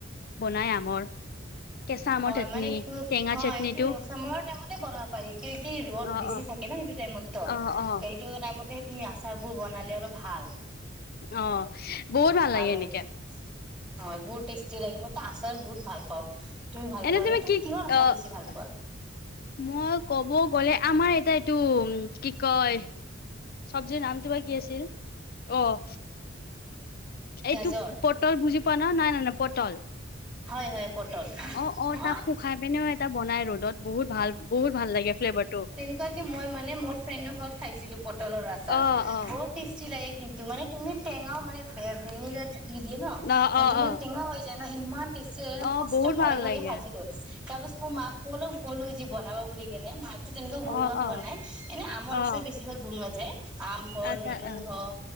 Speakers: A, on the left (about 50°); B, in the centre.
A: বনাই আমৰ কেঁচা আমৰ
B: হয়,
A: চাটনি
B: মানে
A: টেঙা চাটনিটো
B: এইটো চামাৰ ৰ টাইমতে বনাব পাৰি কি, কি ত
A: অ
B: বেছি
A: অ
B: থাকে ন সেইটো টাইমতো
A: অ
B: সেইটো
A: অ
B: টাইমতে তুমি আচাৰ বোৰ বনালে আৰু ভাল
A: আহ বহুত ভাল লাগে
B: হয়
A: এনেকে
B: এনেকুৱাকে হয়, বহুত টেষ্টি লাগে মো আচাৰ বহুত ভাল পাওঁ তুমি ভাল
A: এনে
B: পোৱা
A: তুমি
B: নে
A: কি
B: কিহৰ আচাৰ
A: আহ
B: বেছি ভাল পোৱা?
A: মই কব গ'লে আমাৰ এটা এইটো উ কি কয় চব্জিৰ নামটো বা কি আছিল অ',
B: গাজৰ
A: এইটো পটল বুজি পোৱা ন নাই ন নাই পটল
B: হয়, হয় পটল
A: অ', অ', তাক শুখাই পিনেও এটা বনাই ৰ'দত বহুত ভাল, বহুত ভাল লাগে ফ্লেভাৰ টো
B: তেকুৱ কি মই মানে মোৰ ফ্ৰেণ্ডৰ ঘৰত খাইছিলো পটলৰ আচাৰ
A: অ', অ',
B: বহুত টেষ্টি লাগে কিন্তু মে তুমি টেঙাও মানে ভিনেগাৰ যটো দি দিয়ে ন
A: অ',
B: সেইটো
A: অ',
B: কাৰণ
A: অ',
B: টেঙাও যেন ইমান টেষ্টি লাগে
A: অ',
B: ফাষ্ট
A: বহুত
B: টাইমত তাৰিখতে
A: ভাল লাগে।
B: খাইছিলো। তাৰ পাছত মই মাক কল ক'লো যি বনাব বুলি কেনে মাক টো তেনেকও বনোৱা
A: অ',
B: হোৱা
A: অ',
B: নাই এনে আমৰ
A: অ',
B: আছাৰে বেছি ভাগ বনোৱা যায় আম হওক
A: আচ্ছা
B: লেমু
A: অ',
B: হওক